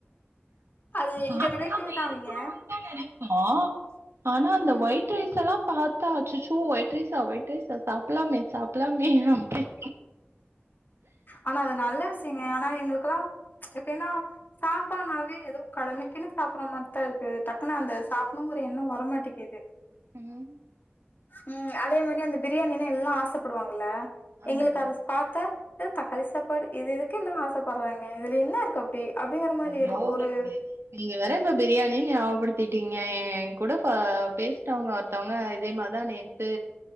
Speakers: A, on the left (about 50°); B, on the right (about 75°).
A: அது
B: சாப்டாம
A: எங்க ரிலேட்டிவ் தான்
B: இருக்கணுன்னு
A: அவிங்க
B: தா நெனைப்போ ஆனா அந்த
A: ம்
B: ஒயிட் ரைஸ்ல்லாம் பாத்த அச்சச்சோ ஒயிட் ரைஸா ஒயிட் ரைஸா சாப்லாமே சாப்லாமே அப்படி
A: ஆனா அது நல்ல விஷியங்க ஆனா எங்களுக்கெல்லாம் எப்பினா சாப்பாட்னாவே எதோ கடமைக்குன்னு சாப்பற மாரிதா இருக்கு டக்குன்னு அந்த சாப்பணுங்கிற எண்ணம் வரமாட்டிகிது
B: ம்
A: ம் அதே மாரி அந்த பிரியாணின்னா எல்லாம் ஆசைப்படுவாங்க இல்ல
B: ஆமா
A: எங்களுக்கு அத பாத்தா அ தக்காளி சாப்பாடு இது எதுக்கு எல்லாம் ஆசைப்படறாங்க இதுல என்ன இருக்கு அப்டி அப்டிங்கிற மாரி
B: ஐயோ
A: இருக்கு ஒரு
B: இது நீங்க வேற இப்ப பிரியாணினு ஞாபபடுத்தி டிங்க என் கூட பா பேசிட்டவங்க ஒருத்தவங்க இதே மாரிதான் நேத்து